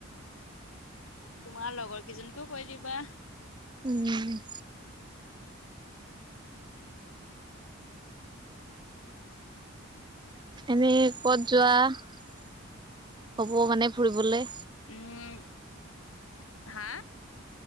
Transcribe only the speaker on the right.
উম। এনেই ক'ত যোৱা হ'ব মানে ফুৰিবলে?